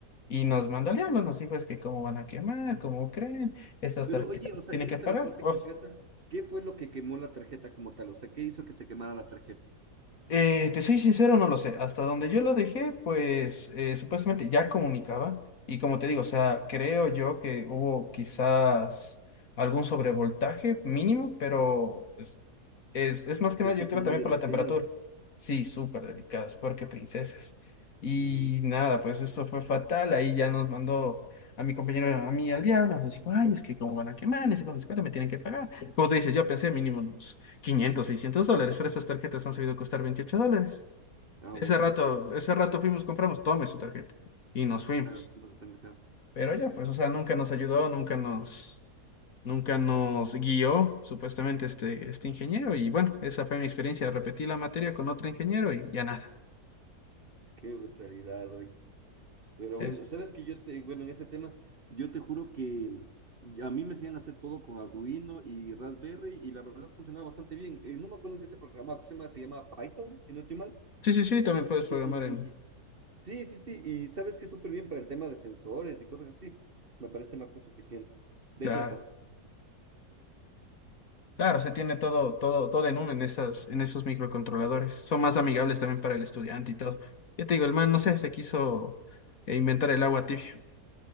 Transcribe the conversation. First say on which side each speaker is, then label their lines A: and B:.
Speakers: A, on the left; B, on the right.
A: Y nos mandó al diablo, nos dijo, es que cómo van a quemar, cómo creen, estas
B: Pero
A: tarjetas
B: oye, o sea,
A: tienen
B: yéndote
A: que pagar.
B: a la parte
A: Uf,
B: concreta, ¿qué fue lo que quemó la tarjeta como tal? O sea, ¿qué hizo que se quemara la tarjeta?
A: Eh, te soy sincero, no lo sé. Hasta donde yo lo dejé, pues eh, supuestamente ya comunicaba. Y como te digo, o sea, creo yo que hubo quizás algún sobrevoltaje mínimo, pero pues, es, es más que
B: Estas
A: nada, yo creo
B: son
A: también
B: muy delicadas.
A: por la temperatura. Sí, súper delicadas, porque princesas. Y
B: Mm,
A: nada, pues esto fue fatal. Ahí ya nos mandó a mi compañero, a mí al diablo. Nos dijo, ay, es que como van a quemar, ese con me tienen que pagar. Como te dice, yo pensé mínimo unos 500 600 dólares, pero esas tarjetas han sabido costar 28 dólares.
B: Ah,
A: Ese
B: bueno,
A: rato,
B: pues,
A: ese rato fuimos, compramos, tome su tarjeta y nos fuimos.
B: Claro, como su pendejada.
A: Pero ya, pues, o sea, nunca nos ayudó, nunca nos, nunca nos guió, supuestamente, este, este ingeniero. Y bueno, esa fue mi experiencia. Repetí la materia con otro ingeniero y ya nada.
B: Qué brutalidad, oye. Pero
A: Es,
B: bueno, sabes que yo te, bueno, en ese tema, yo te juro que mm, a mí me hacían hacer todo con Arduino y Raspberry y la verdad funcionaba bastante bien. Eh, no me acuerdo en qué se programaba, ¿cómo se llama? Se llama Python, si no estoy mal.
A: sí, sí, sí, también puedes programar
B: Y,
A: en...
B: y- sí, sí, sí, y sabes que es súper bien para el tema de sensores y cosas así. Me parece más que suficiente. De
A: Claro,
B: hecho, hasta...
A: claro, se tiene todo, todo, todo en uno en esas, en esos microcontroladores. Son más amigables también para el estudiante y todo. Ya te digo, el man, no sé, se quiso eh, inventar el agua tibia.